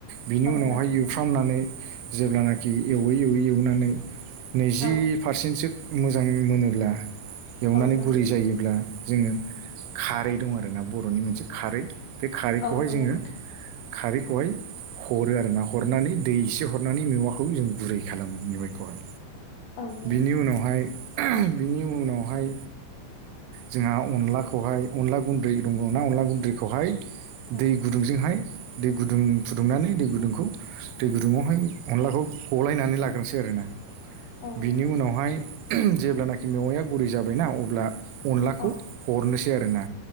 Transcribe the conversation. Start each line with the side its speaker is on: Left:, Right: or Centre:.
Right: बिनि
Left: औ
Right: उनावहाय
Left: नंगौ
Right: एवफ्रामनानै जेब्लानाखि एवै एवै एवनानै नैजि
Left: औ
Right: पारसेन्टसो मोजां मोनोब्ला एवनानै
Left: औ नंगौ
Right: गुरै जायोब्ला। जोङो खारै दं आरोना बर'नि मोनसे खारै बे खारैखौहाय
Left: औ नंगौ
Right: जोङो।
Left: नोंथां।
Right: खारैखौहाय हरो आरोना हरनानै दै एसे हर हरनानै मेवाखौ जों गुरै खालामो मेवाइखौहाय
Left: औ नंगौ
Right: बिनि उनावहाय बेनि उनावहाय। जोंहा अनलाखौहाय अनला गुन्दै दङना अनला गुन्दैखौहाय
Left: औ
Right: दै गुदुंजोंहाय दै गुदुं फुदुंनानै दै गुदुंखौ दै गुदुङावहाय अनलाखौ गलायनानै लाग्रोसै आरोना
Left: औ
Right: बिनि
Left: नंगौ
Right: उनावहाय जेब्लानाखि मेवाइया गुरै जाबायना अब्ला अनलाखौ
Left: औ
Right: हरनोसै आरोना।